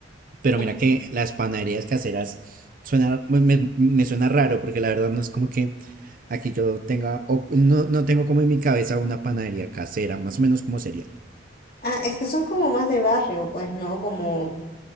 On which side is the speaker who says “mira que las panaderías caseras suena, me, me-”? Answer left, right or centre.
Right